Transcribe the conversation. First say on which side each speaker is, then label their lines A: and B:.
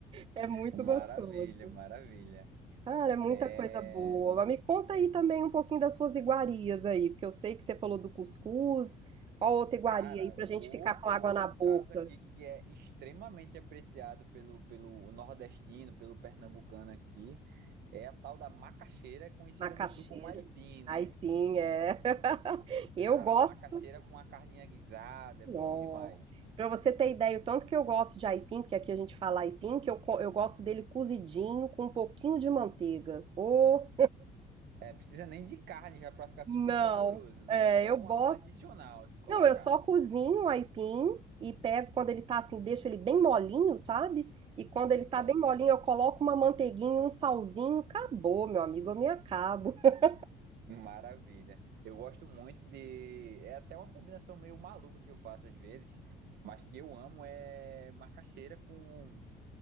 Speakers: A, on the right; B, on the right.
A: é muito
B: Maravilha,
A: gostoso.
B: maravilha.
A: Cara, é muita
B: É,
A: coisa boa. Mas me conta aí também um pouquinho das suas iguarias aí, porque eu sei que você falou do cuscuz. Qual outra iguaria
B: Cara,
A: aí pra
B: outro
A: gente ficar com água
B: outro
A: na boca,
B: prato aqui que é extremamente apreciado pelo, pelo nordestino, pelo pernambucano aqui, é a tal da macaxeira, conhecida
A: macaxeira?
B: no sul como aipim, né?
A: Aipim, é. <laughs> Eu
B: Cara,
A: gosto
B: ó, macaxeira com a carninha guisada, é
A: Nossa.
B: bom demais.
A: Pra você ter ideia, o tanto que eu gosto de aipim, porque aqui a gente fala aipim, que eu, co- eu gosto dele cozidinho com um pouquinho de manteiga. Ô,
B: É, precisa nem de carne já para ficar super
A: não.
B: saboroso, né?
A: É,
B: É só
A: eu boto.
B: um, um adicional se colocar.
A: Não, eu só cozinho o aipim e pego quando ele tá assim, deixo ele bem molinho, sabe? E quando ele tá
B: Top.
A: bem molinho, eu coloco uma manteiguinha, um salzinho. Acabou, meu amigo, eu me acabo. <laughs>
B: Maravilha. Eu gosto muito de. É até uma combinação meio maluca que eu faço às vezes. Mas que eu amo é macaxeira com